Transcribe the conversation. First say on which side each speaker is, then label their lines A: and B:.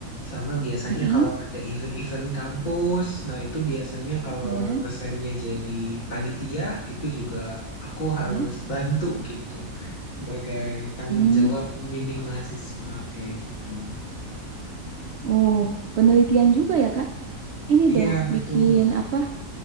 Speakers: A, on the left; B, on the right.
A: sama biasanya
B: mm-mm.
A: kalau ada event-event kampus, nah itu biasanya kalau
B: Ya,
A: dosennya jadi panitia, itu juga aku harus
B: ya.
A: bantu gitu, sebagai tanggung
B: Hmm.
A: jawab membimbing mahasiswa kayak gitu.
B: Oh, penelitian juga ya kak? Ini
A: Iya,
B: dong,
A: betul.
B: bikin apa?